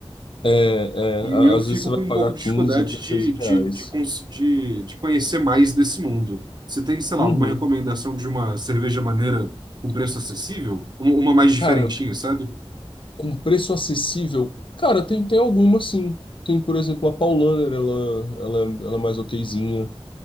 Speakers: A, on the left; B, on the right.
A: É,
B: E
A: é, a-
B: eu
A: às
B: fico
A: vezes você
B: com
A: vai
B: um
A: pagar
B: pouco de
A: 15,
B: dificuldade
A: 16
B: de, de,
A: reais.
B: de, cons- de, de conhecer mais desse mundo. Você tem, sei lá,
A: Uhum.
B: alguma recomendação de uma cerveja maneira com preço acessível? Um- Uma mais diferentinha,
A: Cara,
B: sabe?
A: com preço acessível, cara, tem, tem alguma sim. Tem, por exemplo, a Paulaner, ela, ela, é, ela é mais okzinha.